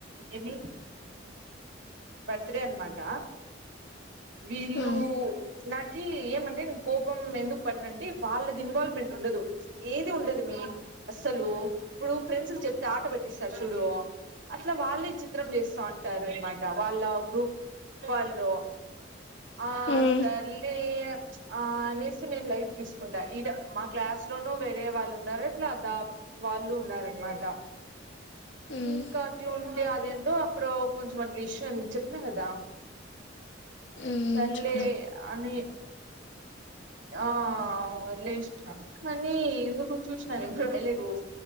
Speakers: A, on the right; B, on the left.
A: ఏమి బర్త్డే అనమాట వీళ్ళు
B: ఉమ్
A: ఊ నాకి ఏమంటే కోపం ఎందుకు పడినన్ అంటే వాళ్ళది ఇన్వాల్వ్మెంట్ ఉండదు ఏది ఉండదు మే అస్సలు ఇప్పుడు ఫ్రెండ్స్ చెప్తే ఆట పట్టిస్తారు చూడు అట్ల వాళ్ళే విచిత్రం చేస్తా ఉంటారు అనమాట్ వాళ్ళ గ్రూప్ వాళ్ళు ఆ
B: ఉమ్
A: సర్లే ఆ అనేసి నేను లైట్ తీస్ ఉంట మా క్లాస్ లోనూ వేరే వాళ్ళు ఉన్నారు. అట్లా ద వాళ్ళు ఉన్నారు అనమాట.
B: ఉమ్
A: ఇంకటి
B: ఉమ్
A: ఉండే అది ఏందో అప్పుడు కొంచెం అట్లా ఇష్యూ చెప్పినా కదా
B: ఉమ్
A: సర్లే
B: చెప్పిన
A: అని ఆ లేస్ కానీ ఎందుకో చూసాను లేదు